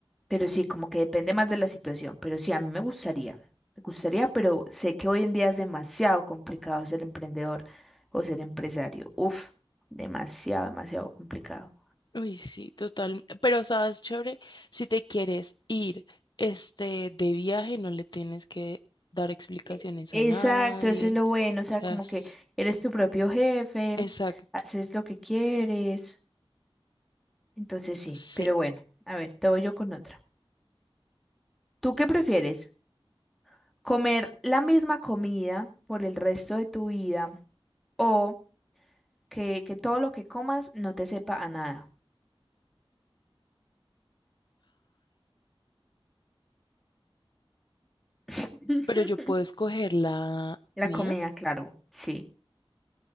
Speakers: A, in the centre; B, on the left.
A: Pero sí, como que depende más de la situación. Pero sí, a mí me gustaría. Me gustaría, pero sé que hoy en día es demasiado complicado ser emprendedor o ser empresario. Uf, demasiado, demasiado complicado.
B: Uy, sí, total. Pero sabes, chévere, si te quieres ir este de viaje, no le tienes que dar explicaciones
A: E- Exacto,
B: a nadie.
A: eso es lo bueno. O sea,
B: O sea,
A: como
B: es-
A: que eres tu propio jefe,
B: exacto.
A: haces lo que quieres. Entonces sí,
B: Sí,
A: pero bueno, a ver, te voy yo con otra. ¿Tú qué prefieres? ¿Comer la misma comida por el resto de tu vida o que, que todo lo que comas no te sepa a nada? <laughs>
B: pero yo puedo escoger la
A: La
B: mía.
A: comida, claro, sí,